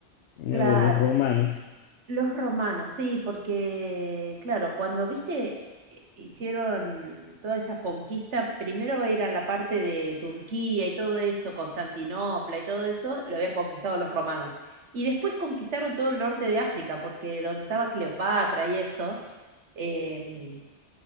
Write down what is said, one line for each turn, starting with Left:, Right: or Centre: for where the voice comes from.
Left: Mirá
Right: claro.
Left: vos, los romanos.
Right: Los romanos, sí, porque, claro, cuando viste, eh, hicieron toda esa conquista, primero era la parte de Turquía y todo eso, Constantinopla y todo eso, lo habían conquistado los romanos. Y después conquistaron todo el norte de África, porque donde estaba Cleopatra y eso, eh,